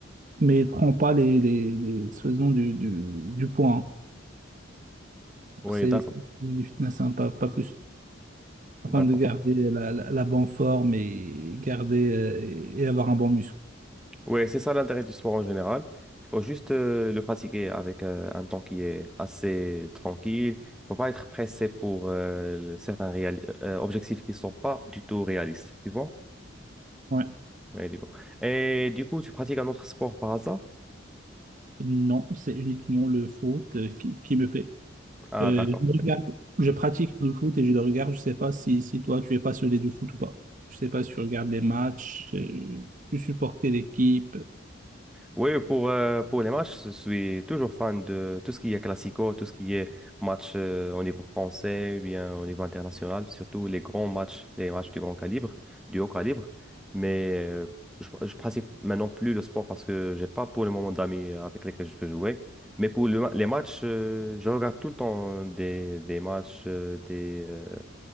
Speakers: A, on the right; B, in the centre.
A: mais ne prends pas les, les, les- faisons du, du, du poids. hein.
B: Oui,
A: C'est
B: d'accord,
A: du fitness, hein, pas, pas plus. afin
B: d'accord.
A: de garder la, la, la bonne forme et garder euh, et avoir un bon muscle.
B: Oui, c'est ça l'intérêt du sport en général. Il faut juste euh, le pratiquer avec euh, un temps qui est assez tranquille. Il ne faut pas être pressé pour euh, le- certains réali- euh, objectifs qui ne sont pas du tout réalistes, tu vois?
A: Ouais.
B: Ouais, du coup. Et du coup, tu pratiques un autre sport par hasard?
A: Non, c'est uniquement le foot euh, qui, qui me plaît.
B: Ah,
A: Euh,
B: d'accord.
A: je regarde, je pratique le foot et je le regarde. Je sais pas si, si toi, tu es passionné du foot ou pas. Je sais pas si tu regardes les matchs, euh, tu supportes quelle équipe.
B: Oui, pour, euh, pour les matchs, je suis toujours fan de tout ce qui est classico, tout ce qui est match euh, au niveau français, ou bien au niveau international, surtout les grands matchs, les matchs de grand calibre, du haut calibre. Mais euh, je, je pratique maintenant plus le sport parce que j'ai pas pour le moment d'amis avec lesquels je peux jouer. Mais pour le ma- les matchs, euh, je regarde tout le temps des, des matchs, euh, des, euh,